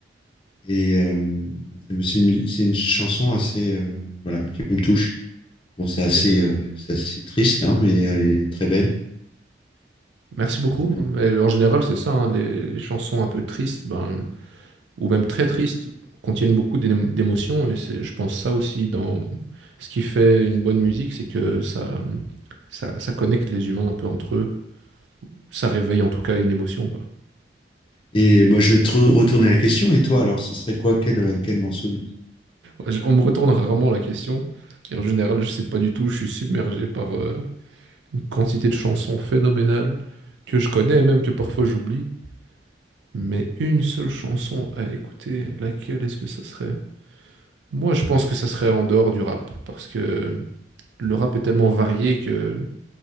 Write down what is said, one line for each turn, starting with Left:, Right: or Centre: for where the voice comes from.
Left: Et euh, et ben, c'est une, c'est une chanson assez, euh, voilà, qui me touche. Bon, c'est
Right: Ok.
Left: assez, euh, c'est assez triste, hein, mais elle est très belle.
Right: Merci
Left: Euh,
Right: beaucoup. Mais en général, c'est ça, hein, les, les chansons un peu tristes, ben. ou même très tristes, contiennent beaucoup d'é- d'émotions. Et c'est, je pense ça aussi dans ce qui fait une bonne musique, c'est que ça, ça, ça connecte les humains un peu entre eux. Ça réveille en tout cas une émotion, quoi.
Left: et moi, je vais te re- retourner la question. Et toi, alors, ce serait quoi? Quel, euh, quel morceau de musique?
Right: Ouais, je- On me retourne rarement la question. Et en général, je sais pas du tout. Je suis submergé par euh, une quantité de chansons phénoménales que je connais et même que parfois j'oublie. Mais une seule chanson à écouter, laquelle est-ce que ça serait? Moi, je pense que ça serait en dehors du rap, parce que le rap est tellement varié que